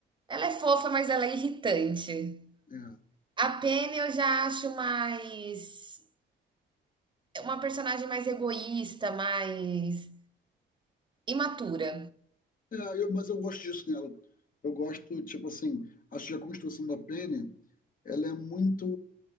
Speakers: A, on the right; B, on the left.
A: Ela é fofa, mas ela é irritante.
B: É.
A: A Penny eu já acho mais uma personagem mais egoísta, mais imatura.
B: É, eu- mas eu gosto disso nela. Eu gosto, tipo assim, acho que a construção da Penny, ela é muito,